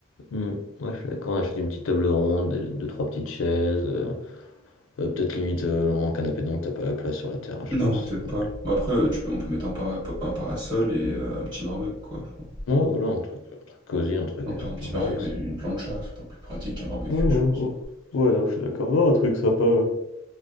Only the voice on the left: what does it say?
Hum, ouais, je suis d'accord, on achète une petite table ronde, des- deux, trois petites chaises. euh, euh, peut-être limite euh, en canapé, donc t'as pas la place sur la terrasse,
je pense.
Donc,
ouais, voilà, un truc, un truc cosy, un truc,
euh,
un
truc
Ouais, ouais,
ouais. Ouais, non, je suis d'accord. Non, un truc sympa. ouais.